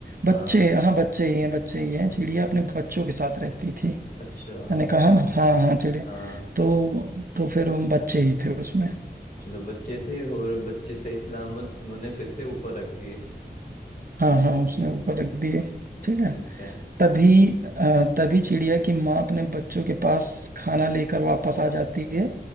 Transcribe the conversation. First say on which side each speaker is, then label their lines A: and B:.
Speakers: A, on the right; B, on the left.
A: बच्चे
B: हाँ
A: हाँ बच्चे ही हैं बच्चे ही हैं चिड़िया अपने
B: हम्म,
A: बच्चों के साथ रहती थी
B: अच्छा
A: मैंने कहा
B: ठीक
A: ना
B: है
A: हाँ हाँ चिड़िया
B: हाँ
A: तो तो फिर वो बच्चे ही थे उसमें
B: चलो बच्चे थे और बच्चे सही सलामत उन्होंने फिर से ऊपर रख दिए
A: हाँ हाँ
B: ठीक
A: उसने ऊपर रख दिए ठीक है
B: ठीक है
A: तभी अ, तभी चिड़िया की माँ अपने बच्चों के पास खाना लेकर वापस आ जाती है